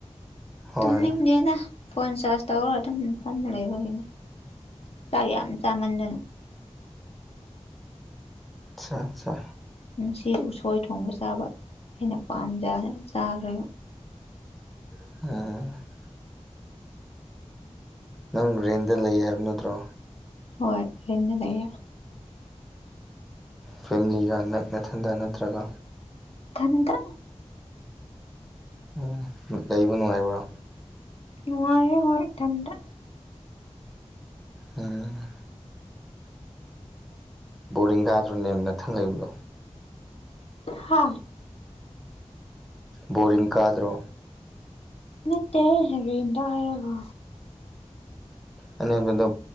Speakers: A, in the centre; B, on the left (about 60°).
A: ꯍꯣꯏ
B: ꯇꯨꯝꯅꯤꯡꯅꯦꯗ ꯐꯣꯟ ꯆꯥꯔꯖ ꯇꯧꯔꯒ ꯑꯗꯨꯝꯐꯝ ꯂꯩꯔꯒꯤꯅꯦ ꯆꯥꯛ ꯌꯥꯝ ꯆꯥꯃꯟꯗꯅ
A: ꯑꯆꯥ ꯑꯆꯥ
B: ꯁꯤ ꯎꯁꯣꯏ ꯊꯣꯡꯕ ꯆꯥꯕ ꯑꯩꯅ ꯄꯥꯝꯖ ꯆꯥꯈ꯭ꯔꯦꯕ
A: <unintelligible> ꯅꯪ ꯔꯦꯟꯗ ꯂꯩꯌꯦ ꯍꯥꯏꯕ ꯅꯠꯇ꯭ꯔꯣ
B: ꯍꯣꯏ ꯑꯗꯨꯗꯤ ꯂꯩ
A: ꯐꯦꯃꯤꯂꯤꯒ ꯅ ꯃꯊꯟꯗ ꯅꯠꯇ꯭ꯔꯒ
B: ꯊꯟꯗ
A: ꯑꯣ ꯂꯩ ꯅꯨꯡꯉꯥꯏꯔꯤꯕ꯭ꯔꯣ
B: ꯅꯨꯡꯉꯥꯏꯌꯦ ꯍꯣꯏ ꯏꯊꯟꯇ
A: ꯎꯝ
B: <unintelligible>
A: ꯕꯣꯔꯤꯡ ꯀꯥꯗ꯭ꯔꯣꯅꯦ ꯅꯊꯪ ꯂꯩꯕꯗꯣ
B: ꯍ
A: ꯕꯣꯔꯤꯡ ꯀꯥꯗ꯭ꯔꯣ꯫
B: ꯅꯠꯇ ꯍꯦ ꯔꯤꯗ ꯍꯥꯏꯔꯒꯣ
A: ꯑꯩꯅꯕꯗ